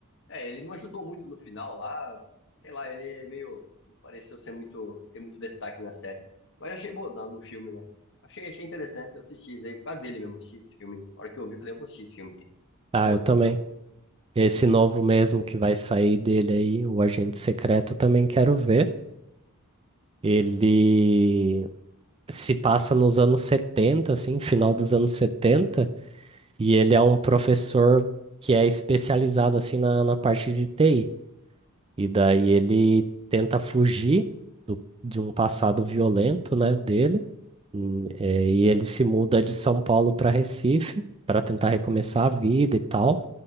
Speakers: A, on the left; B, on the right.
A: É, ele não ajudou muito no final lá. Sei lá, ele é meio. Não pareceu ser muito. ter muito destaque na série. Mas achei bom na- no filme, né? Achei, achei interessante. Eu assisti daí por causa dele mesmo. Assisti esse filme. A hora que eu vi, falei, eu vou assistir esse filme aqui.
B: Ah,
A: Chamou
B: eu
A: a atenção.
B: também. Esse novo mesmo que vai sair dele aí, o Agente Secreto, eu também quero ver. Ele se passa nos anos 70, assim, final dos anos 70, e ele é um professor que é especializado, assim, na, na parte de TI. E daí ele tenta fugir do- de um passado violento, né, dele. Hum, é, E ele se muda de São Paulo para Recife para tentar recomeçar a vida e tal.